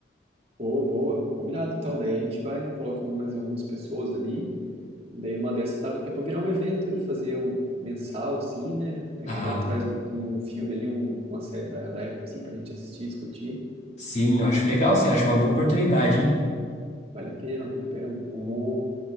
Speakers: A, on the right (about 30°); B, on the left (about 35°).
A: Boa, boa, combinado. Então, daí a gente vai, coloca mais algumas pessoas ali, e daí numa dessas dá até pra virar um evento aí, fazer um mensal, assim, né? Aí
B: Ah.
A: cada um traz um, um filme ali, um- uma série da, da época, assim, pra gente assistir, discutir.
B: Sim, eu acho legal, sim, eu acho uma boa oportunidade, hein?
A: Vale a pena, vale a pena. Vamos